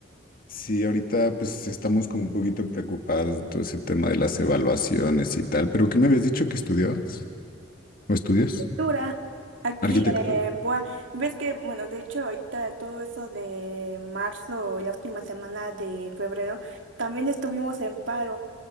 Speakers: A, on the left; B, on the right.
A: sí, ahorita pues estamos como un poquito preocupados de todo ese tema de las evaluaciones y tal, pero ¿qué me habías dicho que estudiabas o estudias?
B: Dura. Aquí
A: Arquitectura.
B: en Boa, ves que, bueno, de hecho ahorita todo eso de marzo, la última semana de febrero, también estuvimos en paro,